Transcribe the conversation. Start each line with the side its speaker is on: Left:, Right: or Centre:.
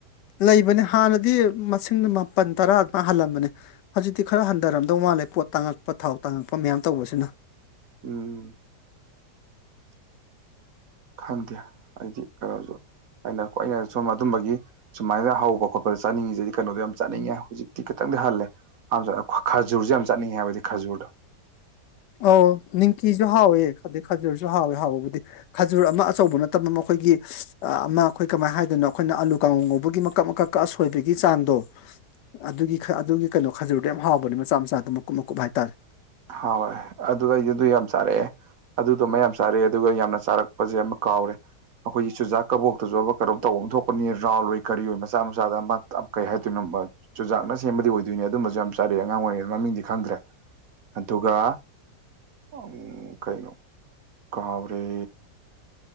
Left: ꯂꯩꯕꯅꯦ ꯍꯥꯟꯅꯗꯤ ꯃꯁꯤꯡꯗ ꯃꯥꯄꯜ ꯇꯔꯥ ꯑꯗꯨꯃꯥꯏꯅ ꯍꯥꯜꯂꯝꯕꯅꯦ ꯍꯧꯖꯤꯛꯇꯤ ꯈꯔ ꯍꯟꯊꯔꯝꯗꯧ ꯃꯥꯜꯂꯦ ꯄꯣꯠ ꯇꯥꯡꯉꯛꯄ ꯊꯥꯎ ꯇꯥꯡꯉꯛꯄ ꯃꯌꯥꯝ ꯇꯧꯕꯁꯤꯅ
Right: ꯎꯝ ꯈꯪꯗꯦ ꯑꯩꯗꯤ ꯈꯔꯁꯨ ꯑꯩꯅ ꯑꯣꯏꯅ ꯁꯣꯝ ꯑꯗꯨꯝꯕꯒꯤ ꯁꯨꯃꯥꯏꯅ ꯍꯧꯕ ꯈꯣꯠꯄꯗ ꯆꯥꯅꯤꯡꯉꯤꯁꯤꯗꯤ ꯀꯩꯅꯣꯗꯣ ꯌꯥꯝ ꯆꯥꯅꯤꯡꯉꯦ ꯍꯧꯖꯤꯛ ꯈꯤꯇꯪꯗꯤ ꯍꯜꯂꯦ ꯑ ꯈꯖꯨꯔꯁꯦ ꯌꯥꯝ ꯆꯠꯅꯤꯡꯉꯦ ꯍꯥꯏꯕꯗꯤ ꯈꯥꯖꯨꯔꯗꯣ
Left: ꯑ ꯅꯤꯝꯀꯤꯁꯨ ꯍꯥꯎꯋꯦ ꯑꯗꯩ ꯈꯖꯨꯔꯁꯨ ꯍꯥꯎꯋꯦ ꯍꯥꯎꯕꯕꯨꯗꯤ ꯈꯥꯖꯨꯔ ꯑꯃ ꯑꯆꯧꯕ ꯅꯠꯇꯕ ꯃꯈꯣꯏꯒꯤ ꯑꯃ ꯑꯩꯈꯣꯏ ꯀꯃꯥꯏꯅ ꯍꯥꯏꯗꯅꯣ ꯑꯩꯈꯣꯏꯅ ꯑꯥꯂꯨ ꯀꯥꯡꯉꯧ ꯉꯧꯕꯒꯤ ꯃꯀꯛ ꯃꯀꯛ ꯀꯁꯣꯏꯕꯒꯤ ꯆꯥꯡꯗꯣ ꯑꯗꯨꯒꯤ ꯑꯗꯨꯒꯤ ꯀꯩꯅꯣ ꯈꯖꯔꯨꯗꯣ ꯌꯥꯝ ꯍꯥꯎꯕꯅꯦ ꯃꯆꯥ ꯃꯆꯥꯗꯣ ꯃꯀꯨꯞ ꯃꯀꯨꯞ ꯍꯥꯏꯇꯥꯔꯦ
Right: ꯍꯥꯎꯋꯦ ꯑꯗꯨ ꯑꯩ ꯑꯗꯨ ꯌꯥꯝ ꯆꯥꯔꯛꯑꯦ ꯑꯗꯨꯗꯣꯃ ꯌꯥꯝ ꯆꯥꯔꯛꯑꯦ ꯑꯗꯨꯒ ꯌꯥꯝꯅ ꯆꯥꯔꯛꯄꯁꯦ ꯑꯃ ꯀꯥꯎꯔꯦ ꯑꯩꯈꯣꯏꯒꯤ ꯆꯨꯖꯥꯛ ꯀꯕꯣꯛꯇꯁꯨ ꯑꯃ ꯀꯩꯅꯣꯝ ꯇꯧꯕ ꯑꯃ ꯊꯣꯛꯄꯅꯤ ꯔꯥꯎꯜ ꯑꯣꯏ ꯀꯔꯤ ꯑꯣꯏ ꯃꯆꯥ ꯃꯆꯥꯗ ꯑꯃ ꯇ ꯀꯩ ꯍꯥꯏꯗꯣꯏꯅꯣ ꯆꯨꯖꯥꯛꯅ ꯁꯦꯝꯕꯗꯤ ꯑꯣꯏꯗꯣꯏꯅꯦ ꯑꯗꯨꯝꯕꯁꯨ ꯌꯥꯝ ꯆꯥꯔꯛ ꯑꯉꯥꯡ ꯑꯣꯏꯔꯤꯉꯩ ꯃꯃꯤꯡꯗꯤ ꯈꯪꯗ꯭ꯔꯦ ꯑꯗꯨꯒ ꯎ ꯀꯩꯅꯣ ꯀꯥꯎꯔꯦ